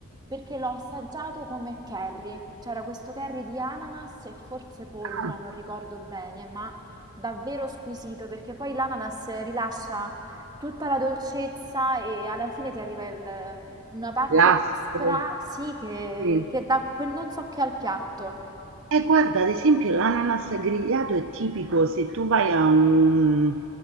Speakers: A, on the right; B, on the right.
A: perché l'ho assaggiato come curry. C'era questo curry di ananas e forse pollo,
B: Ah,
A: ora non ricordo bene, ma davvero squisito perché poi l'ananas rilascia tutta la dolcezza e alla fine ti arriva il- una parte
B: Lastre.
A: aspra, sì, che,
B: Sì.
A: che dà quel non so che al piatto.
B: E guarda, ad esempio l'ananas grigliato è tipico se tu vai a un,